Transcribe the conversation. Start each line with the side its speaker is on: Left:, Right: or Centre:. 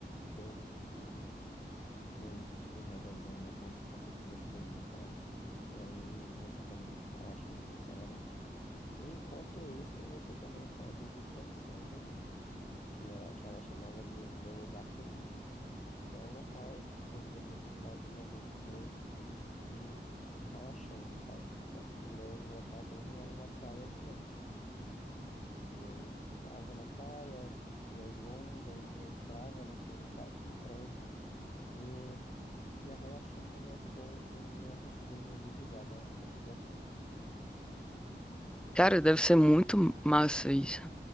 Left: 12 segundos meio que tipo revezando entre ess- essas duas coisas e tal. E aí você vai meio que relaxando seu cérebro. E enquanto isso, você também pode ir pensando no que ela, que ela chamava de o meu lugar feliz, que é um local onde você se imagina dentro dele e relaxando, sabe? Tipo, o meu local mesmo era uma praia de noite. E eu ficava na praia, eu sentia as ondas, e eu entrava naquele quase com transe e ia relaxando aos poucos e ia conseguindo me desligar da, das situações.
Centre: Cara, deve ser muito massa isso.